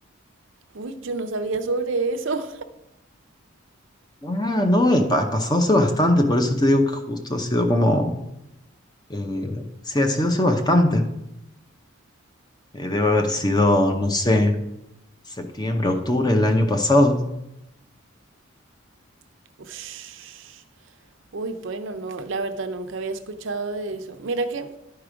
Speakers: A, on the right (about 60°); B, on the left (about 20°).
A: Uy, yo no sabía sobre eso.
B: Ah, no, eh, pa- ha pasado hace bastante, por eso te digo que justo ha sido como, eh, sí, ha sido hace bastante. Eh, debe haber sido, no sé, septiembre, octubre del año pasado.
A: <laughs> Ush. Uy, bueno, no, la verdad nunca había escuchado de eso. Mira que